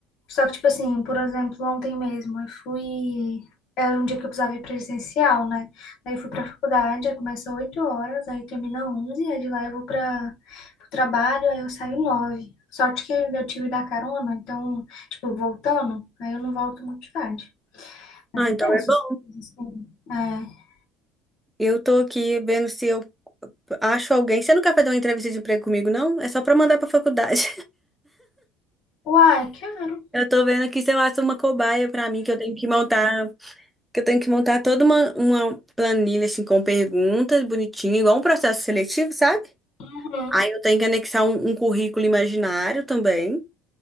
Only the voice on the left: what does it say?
só que, tipo assim, por exemplo, ontem mesmo eu fui. Era um dia que eu precisava ir presencial, né? Daí eu fui pra faculdade, aí começa 8 horas, aí termina onze aí de lá eu vou pra, pro trabalho, aí eu saio 9. Sorte que eu tive da carona, então, tipo, voltando, aí eu não volto muito tarde. Mas
é
tenso,
assim. É.
Uai, quero.
Uhum.